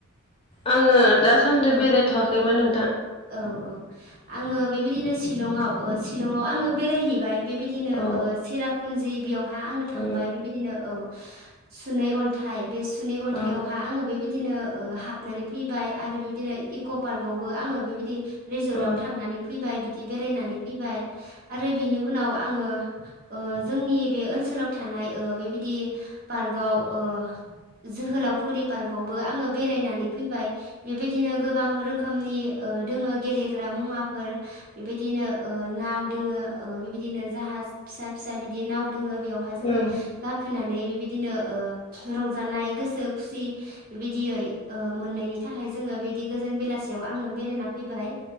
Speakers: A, on the left; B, on the right.
A: आंङो दासान्दि
B: औ
A: बेरायथ'आाखैमोन
B: औ औ आंङो बेबायदिनो शिलंआव शिलंआव आंङो बेरायहैबाय। बेबायदिनो
A: औ
B: ओ सिरापुन्जि बेयावहा आंङो थांबाय
A: औ
B: बेबायदिनो औ। सुनै अन्थाइ बे सुनै अन्थाइावहा
A: औ
B: आंङो बेबायदिनो ओ हाबनानै फैबाय। आरो बिदिनो इक' पार्कआवबो आंङो बेबायदि रेजर्टआव
A: औ
B: थांनानै फैबाय बिदि बेरायनानै फैबाय आरो बिनि उनाव आंङो ओ जोंनि बे ओनसोलाव ओ थानाय बेबायदि पार्कआव ओ जोहोलावफुरि पार्कआवबो आंङो बेरायनानै फैबाय बेबायदिनो गोबां रोखोमनि ओ दोंङो गेलेग्रा मुवाफोर बेबायदिनो ओ नाव दोंङो ओ बेबायदि बिदिनो जाहा फिसा फिसा बिदि नाव दोंङो बेयावहााय
A: औ
B: जोंङो गाखोनानै बेबायदिनो ओ रंजानाय गोसो खुसि बेबायदियै ओ मोननायनि थाखाय जोंङो बिदि गोजोन जों बेलासायाव आंङो बेरायना फैबाय